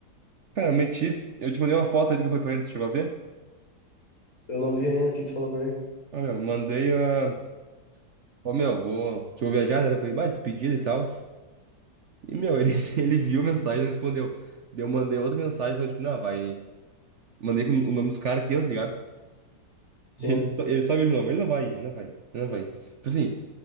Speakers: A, on the right (about 55°); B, on the left (about 55°).
A: Cara, eu meti. Eu te mandei uma foto ali que eu fui pra ele, tu chegou a ver?
B: Eu não vi ainda o que que tu falou pra ele.
A: Ah, meu, mandei a. Ó, meu, vou. Que eu vou viajar, né? Eu falei, bah, despedida e tal. E, meu, ele, <laughs> ele viu a mensagem e não respondeu. Daí eu mandei outra mensagem falando, tipo, não, vai. Mandei com o nome dos caras aqui, ó, tá ligado?
B: Sim.
A: Ele só, ele só viu de novo. Ele não vai ele não vai ele não vai ir. Tipo assim,